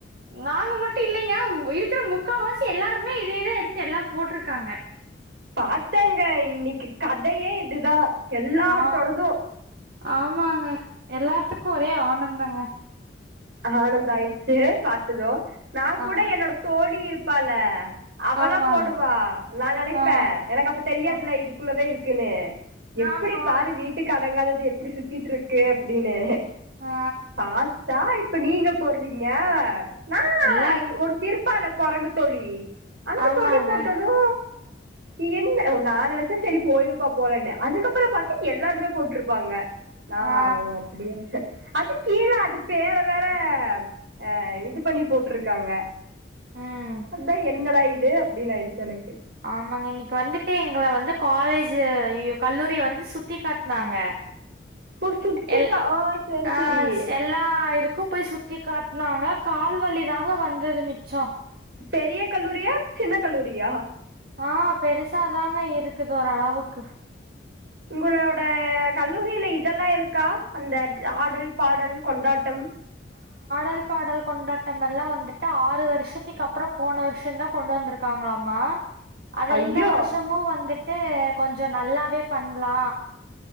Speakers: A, on the right; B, on the right.
A: நாங்க மட்டு இல்லேங்க இருக்கிற முக்காவாசி எல்லாருமே, இதேதா எடுத்து எல்லா போட்ருக்காங்க
B: பாத்தேங்க இன்னிக்கு கதையே இதுதா எல்லார்த்தோடது
A: ஆ ஆமாங்க எல்லாத்துக்கு ஒரே ஆனந்தங்க
B: ஆனந்த ஆயிடுச்சு பாத்தது நா கூட
A: ஆ
B: என்னோட தோழி இருப்பால அவளா
A: ஆமாங்க.
B: போடுவா நா நெனைப்பே
A: ஆ
B: எனக்கு அப்ப தெரியாதுல்ல
A: ஆ
B: இதுக்குள்ளதா இருக்குன்னு எப்டி
A: ஆமா
B: பாரு வீட்டுக்கு அடங்காதது எப்டி சுத்திட்டுருக்கு அப்டின்னு
A: ஆ
B: பாத்தா இப்ப நீங்க போடுறீங்க நா
A: எல்லா
B: ஒருத்தி இருப்பால குரங்கு தோழி அந்த
A: ஆமாங்க.
B: தோழி போட்டதூ என்ன ஒ நா நெனச்சே சேரி போயிருப்பா போலன்னு அதுக்கப்புற பாத்தே எல்லாருமே போட் ட்ருப்பாங்க ந
A: ஆ
B: ஓ அப்படிய அது கீழே அது பேற வேற அ இது பண்ணி போட்ருக்காங்க
A: ம்.
B: அதா என்னடா இது அப்டினு ஆயிடுச்சு எனக்கு
A: ஆமாங்க இன்னைக்கு வந்துட்டு எங்கள வந்து காலேஜூ அய்யயோ கல்லூரிய வந்து சுத்தி காட்னாங்க
B: ஓ சுத்திக்கா
A: எல்
B: ஆ செரி
A: ஆஹ்
B: செரி
A: ஸ் எல்லா இது க்கு போய் சுத்தி காட்னாங்க கால்வலிதாங்க வந்தது மிச்சோ
B: பெரிய கல்லூரியா சின்ன கல்லூரியா
A: ஆஹ் பெருசாதாங்க இருக்குது ஓரளவுக்கு
B: உங்களோட கல்லூரியில இதெல்லா இருக்கா அந்த ஆடல் பாடல் கொண்டாட்டம் <inaudible>
A: டல் பாடல் கொண்டாட்டம் எல்லா வந்துட்டு ஆறு வருஷத்துக்கு அப்புற போன வருஷம்தா கொண்டு வந்திருக்காங்களாமா அத
B: ஐயோ
A: இந்த வருஷமு வந்துட்டு கொஞ்ச நல்லாவே பண்லா